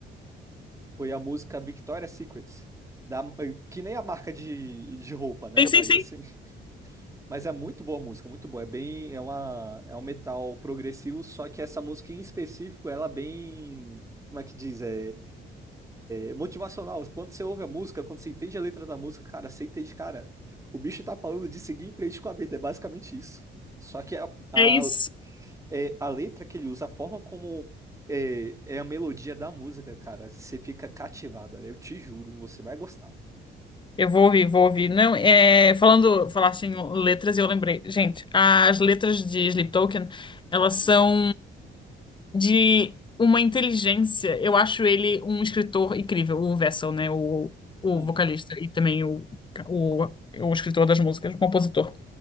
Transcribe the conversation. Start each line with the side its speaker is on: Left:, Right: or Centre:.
Right: Foi a música Victoria's Secret. Da, que nem a marca de, de roupa, né?
Left: Sim,
Right: Mas
Left: sim, sim.
Right: assim, <laughs> mas é muito boa a música, muito boa. É bem, é uma, é um metal progressivo, só que essa música em específico, ela é bem, como é que diz? é. É motivacional. Quando você ouve a música, quando você entende a letra da música, cara, você entende, cara, o bicho tá falando de seguir em frente com a vida, é basicamente isso. Só que a, a,
Left: É isso.
Right: é, a letra que ele usa, a forma como é, é a melodia da música, cara, você fica cativada. Eu te juro, você vai gostar.
Left: Eu vou ouvir, vou ouvir. Não, é, falando, falaste em letras e eu lembrei. Gente, as letras de Sleep Token, elas são.
Right: Hum,
Left: de uma inteligência. Eu acho ele um escritor incrível, o Vessel, né? O, o
Right: hum.
Left: vocalista e também o, o, o escritor das músicas, o compositor.